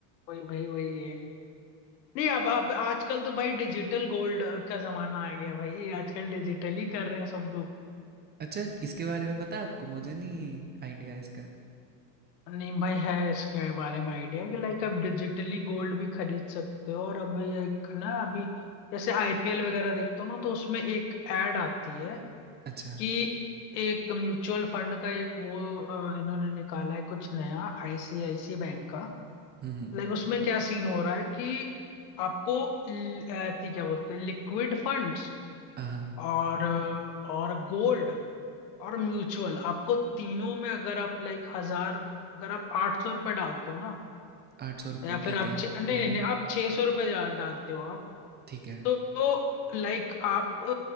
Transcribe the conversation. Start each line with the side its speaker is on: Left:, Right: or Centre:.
Left: वही वही वही है नहीं अब अब आजकल तो भाई डिजिटल गोल्ड का जमाना आ गया भाई आजकल डिजिटल ही कर रहे हैं सब लोग
Right: अच्छा इसके बारे में पता है आपको मुझे नहीं आइडिया इसका
Left: नहीं भाई है इसके बारे में आइडिया कि लाइक आप डिजिटली गोल्ड भी खरीद सकते हो और अभी एक ना अभी जैसे आईपीएल वगैरह देखते हो ना तो उसमें एक एड आती है
Right: अच्छा
Left: कि एक म्यूचुअल फंड का एक वो अ, इन्होंने निकाला है कुछ नया आईसीआईसी बैंक का
Right: हम्म
Left: लाइक उसमें क्या सीन हो रहा है कि आपको ल- अ, थी क्या बोलते हैं लिक्विड फंड्स
Right: हाँ
Left: और अ, और गोल्ड और म्यूचुअल आपको तीनों में अगर आप लाइक हजार अगर आप आठ सौ रुपये डालते हो ना
Right: आठ सौ रुपये
Left: या
Right: ठीक
Left: फिर आप
Right: है
Left: छे-
Right: हम्म
Left: नहीं नहीं नहीं आप छह सौ रुपये डाल- डालते हो आप
Right: ठीक है
Left: तो, तो लाइक आप अ,